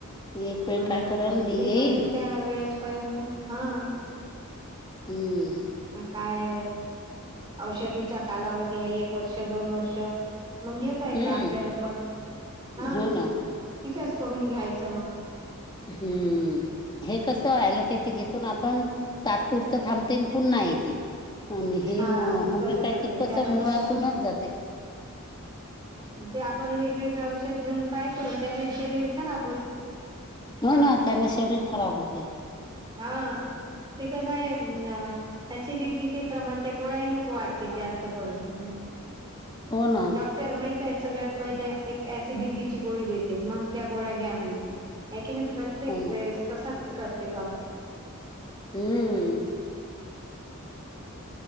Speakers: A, on the left; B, on the right.
A: एक वेळ
B: मग
A: काय करल मी
B: ती
A: येईल
B: म्हणीन त्या वेळेस पर्यंत हा.
A: हम्म.
B: काय औषधीचा कालावधी आहे. एक वर्ष दोन वर्ष. मग घेता येते
A: हम्म
B: आपल्याला पण हा
A: हो ना
B: तिच्या करून घ्यायचं मग.
A: हम्म. हे कस अँलोपॅथी घेतो ना आपण तात्पुर त थांबते पुन्हा येते. आणि हे
B: हा ते
A: होमिओपॅथिक
B: तसच होते
A: कसं
B: त्यानं
A: मुळातूनच
B: मग
A: जाते.
B: ते आपण वेगवेगळे औषध घेऊन पाहतो. त्याने शरीर खराब होते.
A: हो ना त्यांना शरीर खराब होते.
B: हो ते कसं आहे. ऍसिडिटी चे प्रमाण त्या गोळ्यानच वाढतील जास्त करून.
A: हो ना
B: डॉक्टर मे सगळ्यात पहिले एक ऍसिडिटीची गोळी देते मग त्या गोळ्या घ्या म्हणते आहे की नी प्रत्येक
A: हो ना
B: वेळेस तसाच करते डॉक्टर,
A: हम्म,